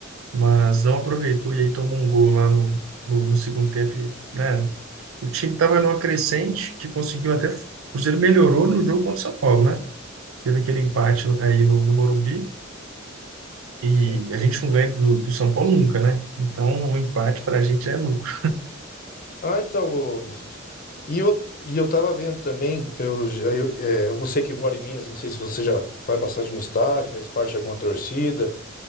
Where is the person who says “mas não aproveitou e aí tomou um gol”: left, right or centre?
Right